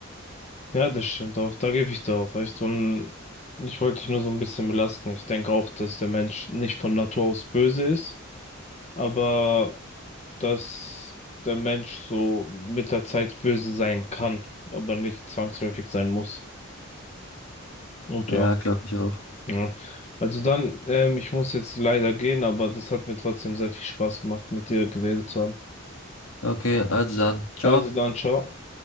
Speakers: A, on the left (about 35°); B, on the left (about 85°).
A: Ja, das stimmt auch. Da gebe ich dir auch recht. Und ich wollte dich nur so ein bisschen belasten. Ich denke auch, dass der Mensch nicht von Natur aus böse ist, aber dass der Mensch so mit der Zeit böse sein kann, aber nicht zwangsläufig sein muss. Und
B: Ja,
A: ja.
B: glaube ich auch.
A: Ja. Also dann, ähm, ich muss jetzt leider gehen, aber das hat mir trotzdem sehr viel Spaß gemacht, mit dir geredet zu haben.
B: Okay, also dann, ciao.
A: Also dann, ciao.